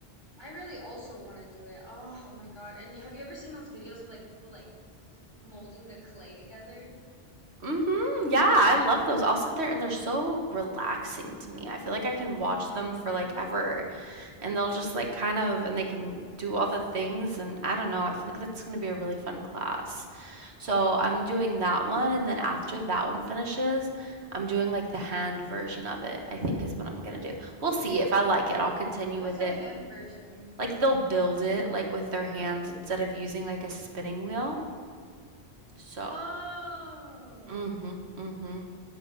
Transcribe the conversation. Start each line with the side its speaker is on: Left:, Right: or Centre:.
Left: I really also want to do it. Oh, oh my God. And you, have you ever seen those videos of like people like molding the clay together?
Right: Mhm. Yeah, I love those. I'll sit there and they're so relaxing to me. I feel like
Left: Mm-hmm.
Right: I can watch them for like ever and they'll just like kind of and they can do all the things and I don't know. I feel like that's going to be a really fun class. So, I'm doing that one and then after that one finishes, I'm doing like the hand version of it. I think is what I'm going to do. We'll see if I like it. I'll continue
Left: What's
Right: with
Left: a
Right: it.
Left: hand version?
Right: Like they'll build it like with their hands instead of using like a spinning wheel. So,
Left: Oh.
Right: mhm. Mhm.